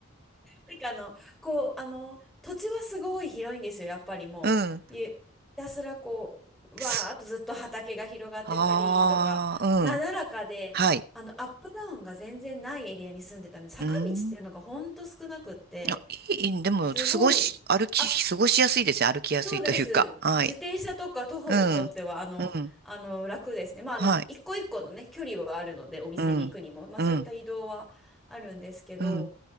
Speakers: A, in the centre; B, on the right.
A: なんかあの、こう、あの、土地はすごい広いんですよ、やっぱりもう。
B: <laughs> うん。
A: ゆひたすらこう、
B: す
A: わーっとずっと畑が広がってたりとか、
B: ああ、
A: なだらかで、
B: うん。はい。
A: あの、アップダウンが全然ないエリアに住んでたので、坂道っていうのがほんと少なくって、
B: うーん。あ、いい、でも、
A: すごい、
B: 過ごし、歩き、
A: あ
B: 過ごしやすいですね。歩きやすいというか。
A: そうです。
B: はい。
A: 自転車とか徒歩にとってはあの、
B: うん、うん、
A: あの楽ですね。まあ、
B: はい。
A: あの一個一個のね距離はあるのでお店に行くにも、
B: うん、
A: まあ、
B: うん、
A: そういった移動はあるんですけど
B: うん。